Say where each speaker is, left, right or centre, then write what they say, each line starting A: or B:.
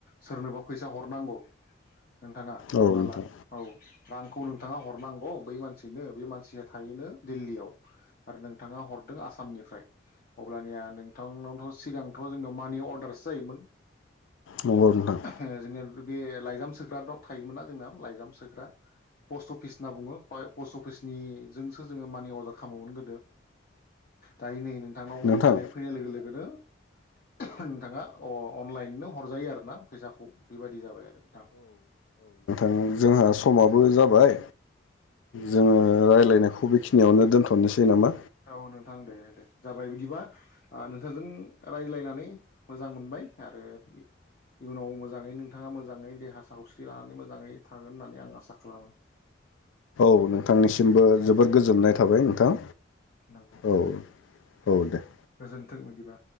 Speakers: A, on the left; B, on the left.
A: सोरनोबा फैसा हरनांगौ नोंथाङा
B: औ
A: हमना
B: नोंथां
A: ला औ रांखौ नोंथाङा हरनांगौ बै मानसिनो बे मानसिया थायोनो दिल्लीयाव आरो नोंथाङा हरदों आसामनिफ्राय अब्लानिया नोंथांनावथ सिगांथ जोंनाव मानि अर्डारसो जायोमोन
B: नंगौ नोंथां
A: ओ जोंनोल बे लाइजाम सोग्रा द थायोमोनना जोंनाव लाइजाम सोग्रा पस्ट अफिस होनना बुङो पाइ पस्ट अफिसनिजोंसो जोङो मानि अर्डार खामोमोन गोदो दायो नै नों थांनाव
B: नोंथां
A: इन्टारनेट फैनाय लोगो लोगो हो नोंथाङा अ अनलाइननो हरजायो आरोना फैसाखौ बेबायदि जाबाय आरो नोंथां
B: उम जोंहा समाब बो जाबाय जोङो रायज्लायनायखौ बेखिनियावनो दोनथ'नोसै नामा
A: औ नोंथां दे दे जाबाय बिदिबा नोंथांजों रायज्लायनानै मोजां मोनबाय आरो इयुनाव मोजाङै नोंथाङा मोजाङै देहा सावस्रि लानानै मोजाङै थागोन होननानै आं आसा खालामो
B: औ नोंथांनिसिमबो जोबोर गोजोननाय थाबाय नोंथां
A: दे
B: औ औ दे
A: गोजोनथों बिदिबा